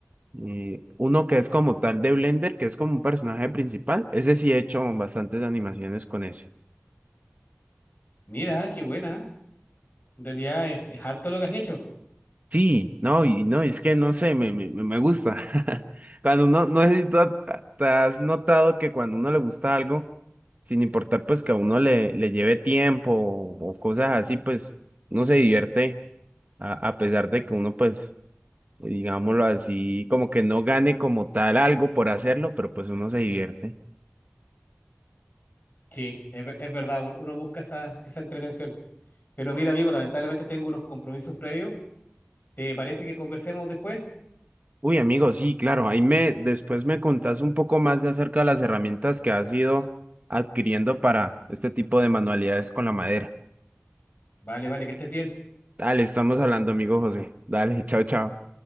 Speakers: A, on the right (about 40°); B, on the left (about 50°).
A: eh, uno que es como tal de Blender, que es como un personaje principal. Ese sí he hecho bastantes animaciones con ese.
B: mira, qué buena. En realidad es, es harto lo que has hecho.
A: Sí, no, y no, es que no sé, me, me, me me gusta. <laughs> Cuando uno, no sé si tú ha- te has notado que cuando uno le gusta algo, sin importar pues que a uno le, le lleve tiempo o, o cosas así, pues uno se divierte a, a pesar de que uno pues, digámoslo así, como que no gane como tal algo por hacerlo, pero pues uno se divierte.
B: Sí, es, ver- es verdad, un- uno busca esa, esa entretención. Pero mira, amigo, lamentablemente tengo unos compromisos previos. ¿Te parece que conversemos después?
A: Uy, amigo, sí, claro, ahí me, después me contás un poco más de acerca de las herramientas que has ido adquiriendo para este tipo de manualidades con la madera.
B: Vale, vale, que estés bien.
A: Dale, estamos hablando, amigo José. Dale, <laughs> chao, chao.